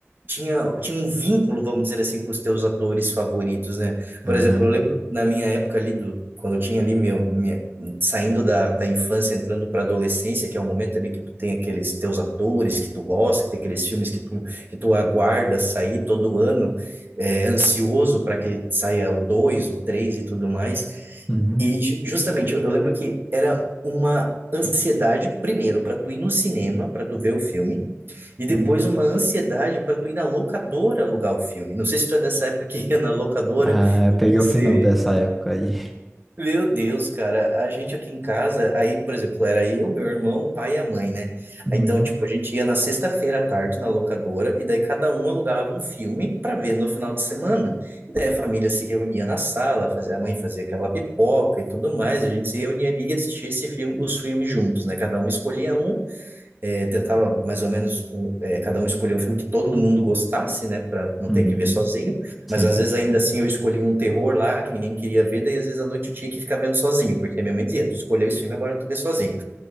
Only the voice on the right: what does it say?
tinha, tinha um vínculo, vamos dizer assim, com os teus atores favoritos, né?
Por exemplo, eu lembro na minha época ali do, quando eu tinha ali meu, minha- saindo da, da infância, entrando para adolescência, que é o momento ali que tu tem aqueles teus atores que tu gosta, que tem aqueles filmes que tu, que tu aguarda sair todo ano, eh, ansioso para que saia o dois o três e tudo mais.
E ju- justamente, eu eu lembro que era uma ansiedade, primeiro, para tu ir no cinema, para tu ver o filme, e depois
uma ansiedade para tu ir na locadora alugar o filme. Não sei se tu é dessa época que ia na locadora
e
você
meu Deus, cara, a gente aqui em casa, aí, por exemplo, era eu, meu irmão, o pai e a mãe, né?
Aí, Então, tipo, a gente ia na sexta-feira à tarde na locadora e daí cada um alugava um filme para ver no final de semana. E daí a família se reunia na sala, fazia, a mãe fazia aquela pipoca e tudo mais, a gente se reunia ali e assistia esse filme, os filmes juntos, né? Cada um escolhia um é, tentava mais ou menos um- é, cada um escolher um filme que todo mundo gostasse, né, para não
ter que ver sozinho.
Mas às vezes ainda assim eu escolhi um terror lá que ninguém queria ver, daí às vezes à noite eu tinha que ficar vendo sozinho, porque minha mãe dizia: "Tu escolheu esse filme, agora tu vê sozinho".